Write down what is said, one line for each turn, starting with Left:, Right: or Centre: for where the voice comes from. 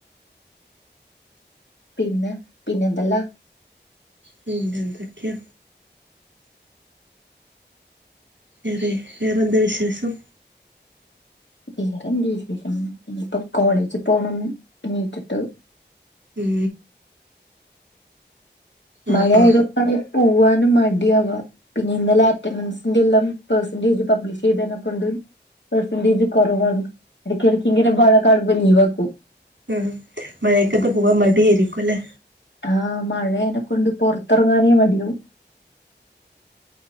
Left: പിന്നെ പിന്നെയെന്തല്ലാം -
Right: പിന്നെ എന്തെക്കെയാ വേറെ വേറെ എന്ത്‌ വിശേഷം
Left: വേറെന്ത് വിശേഷം ഇനിയിപ്പോ കോളേജ് പോണം എണിറ്റ്ട്ട്
Right: ഉം
Left: മഴ
Right: ആ
Left: ആയതുകൊണ്ട്
Right: ആ
Left: എവിടെയും പോവാനും മടിയാവുവ പിന്നെ ഇന്നലെ അറ്റൻഡൻസിന്റെ എല്ലം പേർസന്റേജ് പബ്ലിഷ് ചെയ്തെനക്കൊണ്ട്- പെർസെന്റേജ് കൊറവാണ് ഇടയ്ക്കിടയ്ക്ക് ഇങ്ങനെ ബാ <unintelligible> ഴ കാണുമ്പ ലീവാക്കും
Right: ആ മഴയക്കത്ത് പോവാൻ മടിയായിരിക്കും അല്ലേ?
Left: ആഹ് മഴേനെ കൊണ്ട് പൊറത്തിറങ്ങാനേ മടി ആവും